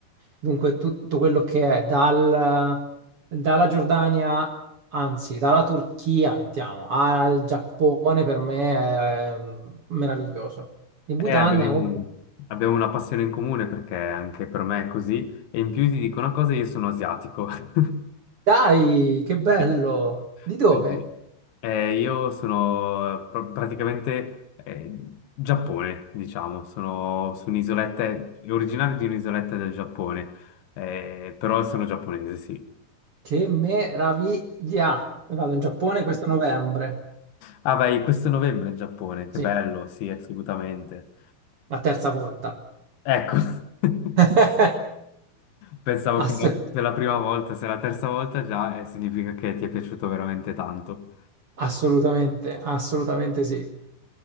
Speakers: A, on the right; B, on the left.
A: Dunque, tutto quello che è dal- dalla Giordania, anzi, dalla Turchia, mettiamo, al Giappone per me è ehm, meraviglioso. Il
B: Eh,
A: Bhutan
B: abbiamo,
A: è uno
B: abbiamo una passione in comune perché anche per me è così. E in più ti dico una cosa, io sono asiatico. <laughs>
A: Dai, che bello!
B: Sì.
A: Di dove?
B: Sì, sì. Eh, io sono pr- praticamente eh, Giappone, diciamo, sono su un'isoletta, originario di un'isoletta del Giappone, eh, però sono giapponese, sì.
A: Che meraviglia! Vado in Giappone questo novembre.
B: Ah, vai, questo novembre in Giappone, che
A: Sì,
B: bello, sì, assolutamente.
A: la terza volta.
B: Ecco, <laughs>
A: <laughs>
B: pensavo
A: Assolutamente.
B: che era- se la prima volta, se la terza volta già, eh, significa che ti è piaciuto veramente tanto.
A: Assolutamente, assolutamente sì.